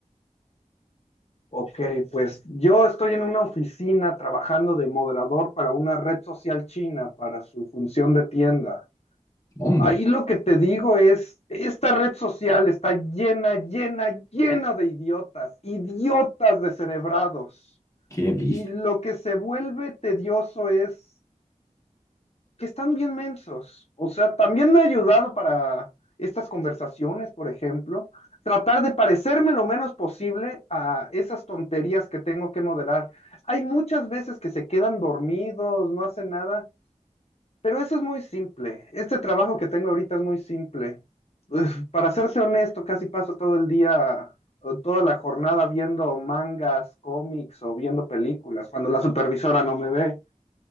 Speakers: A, on the left; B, on the left.
A: Ok, pues yo estoy en una oficina trabajando de moderador para una red social china para su función de tienda.
B: Mundo,
A: Ahí lo que te digo es, esta red social está llena, llena, llena de idiotas, idiotas descerebrados.
B: qué pizza.
A: Y lo que se vuelve tedioso es que están bien mensos. O sea, también me ha ayudado para estas conversaciones, por ejemplo, tratar de parecerme lo menos posible a esas tonterías que tengo que moderar. Hay muchas veces que se quedan dormidos, no hacen nada, pero eso es muy simple. Este trabajo que tengo ahorita es muy simple. Uf, Para serte honesto, casi paso todo el día, o toda la jornada viendo mangas, cómics o viendo películas, cuando la supervisora no me ve.